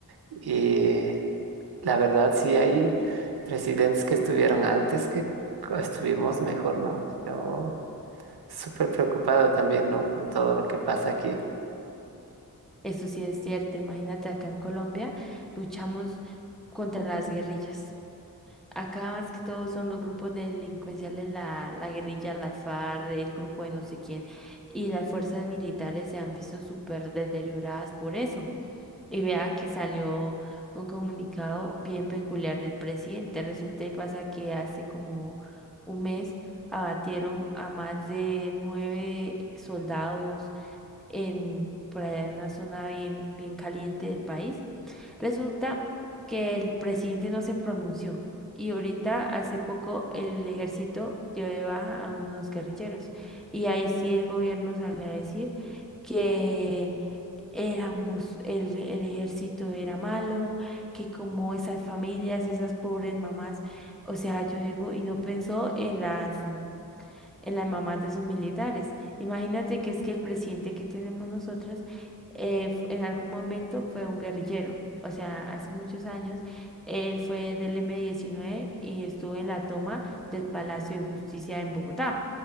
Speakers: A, on the right (about 80°); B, in the centre.
A: y la verdad, sí hay presidentes que estuvieron antes que co- estuvimos mejor, ¿no? Yo súper preocupado también, ¿no? Con todo lo que pasa aquí.
B: Eso sí es cierto, imagínate acá en Colombia luchamos contra las guerrillas. Acá más que todo son los grupos delincuenciales, la, la guerrilla, las FARC, el grupo de no sé quién, y las fuerzas militares se han visto súper deterioradas por eso. Y vea que salió un comunicado bien peculiar del presidente. Resulta y pasa que hace como un mes abatieron a más de nueve soldados en, por allá en una zona bien, bien caliente del país. Resulta que el presidente no se pronunció y ahorita hace poco el ejército dio de baja a unos guerrilleros y ahí sí el gobierno salió a decir que éramos, el, el ejército era malo, que como esas familias, esas pobres mamás, o sea, yo digo, y no pensó en las mm, en las mamás de sus militares. Imagínate que es que el presidente que tenemos nosotros eh, f- en algún momento fue un guerrillero. O sea, hace muchos años él fue del m diecinueve y estuvo en la toma del Palacio de Justicia en Bogotá.